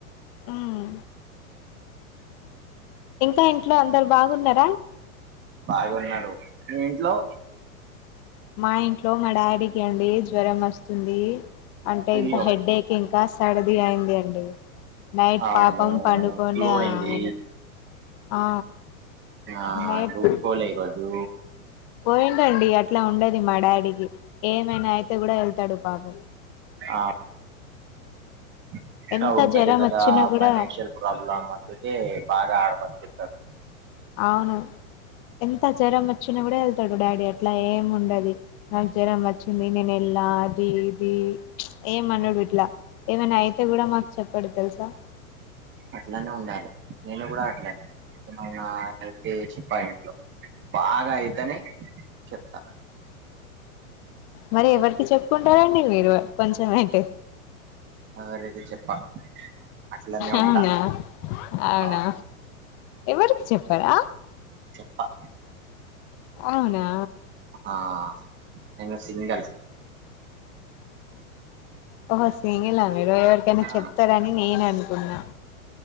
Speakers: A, on the left (about 40°); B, on the right (about 25°).
A: మ్మ్. ఇంక ఇంట్లో అందరు బాగున్నార
B: బాగున్నరు మీ ఇంట్లో
A: మా ఇంట్లో మా డాడీకే అండి జ్వరం వస్తుంది. అంటే
B: అయ్యో
A: ఇంకా హెడేక్ ఇంకా సర్ది అయింది అండి నైట్
B: అవును
A: పాపం పడుకోన్లే
B: ఫ్లూ అయింది
A: ఆయేనె ఆ
B: ఆ
A: నైట్
B: డ్యూటి పోలే ఈ రోజు
A: పోయిండండి అట్లా ఉండది మా డాడీకి ఏమైన అయితే గుడా వెళ్తడు పాపం
B: ఆ ఇంక
A: ఎంత
B: ఉంటది
A: జ్వరం
B: కదా
A: వచ్చినా కూడా
B: ఫైనాన్షియల్ ప్రాబ్లమ్ అందుకే బాగా హార్డ్ వర్క్ చేస్తడ్
A: అవును ఎంత జ్వరం వచ్చిన గుడా ఎళ్తడు డాడీ అట్లా ఏం ఉండది నాకు జ్వరం వచ్చింది నేను ఎల్ ల్లా అది ఇది ఏమనడు ఇట్ల ఏమైనా అయితే గుడా మాక్ చెప్పడు తెల్సా
B: అట్లనే ఉండాలి నేను గుడా అట్లనే ఏమైనా అయితే చెప్ప ఇంట్లో బాగా అయితేనే చెప్త.
A: మరి ఎవర్కి చెప్పుకుంటారండి మీరు కొంచం అయితే
B: <inaudible> చెప్పా అట్లానే
A: అవునా
B: ఉంటా
A: అవునా
B: అవును
A: ఎవర్కి చెప్పరా?
B: చెప్ప.
A: అవునా
B: ఆ నేను సింగల్
A: ఓహో సింగిల మరో ఎవరికైనా
B: ఆ
A: చెప్తరని నేన్ అనుకున్నా